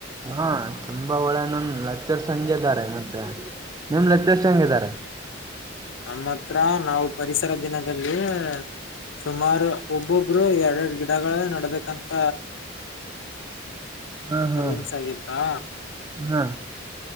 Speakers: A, on the right; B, on the left.
A: ಹಾ ತುಂಬಾ ಒಳ್ಳೆ ನನ್ ಲೆಚ್ಚರ್ಸ್ ಹಂಗ ಇದಾರೆ ಮತ್ತೆ ನಿಮ್ ಲೆಚ್ಚರ್ಸ್ ಹೆಂಗಿದರೆ.
B: ನಮ್ಮ ಹತ್ರ ನಾವು ಪರಿಸರ ದಿನದಲ್ಲಿ. ಸುಮಾರು ಒಬ್ಬೊಬ್ರು ಎರರಡು ಗಿಡಗಳ ನಡಡ್ಬೇಕಂತ
A: ಹಾ ಹಾ
B: ರೂಲ್ಸ್ ಆಗತ್ತಾ
A: ಹಾ